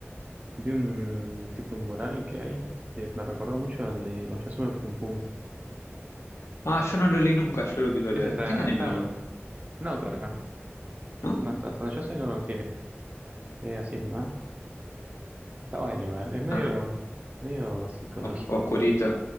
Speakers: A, on the right (about 30°); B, on the left (about 80°).
A: vi un tipo un mural que hay que me recordó mucho al de Oyasume Pum Pum.
B: Ah, yo no lo leí nunca, yo lo quiero
A: Ese
B: leer.
A: está,
B: ¿Tiene anime
A: está
B: o
A: bueno.
B: no?
A: No, creo que no.
B: ¿No?
A: No, hasta hasta donde yo sé no lo tiene. Es así nomás. Está bueno igual. Es medio,
B: Ah,
A: medio psicológico.
B: os- oscurito.